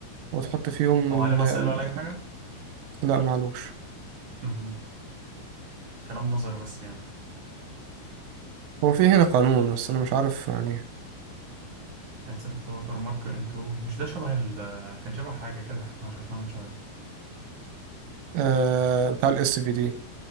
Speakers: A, on the right (about 80°); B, on the right (about 55°).
A: وتحط فيهم
B: او
A: ال...
B: عليه مسائل
A: ال-
B: ولا اي حاجه
A: لا معلوش
B: مهم. كلام نظري بس يعني
A: هو في هنا قانون بس انا مش عارف يعني
B: انسرت في ووتر مارك انتو مش ده شبه ال آه، كان شبه حاجه كده احنا شفناه من شويه
A: آه بتاع الاس في دي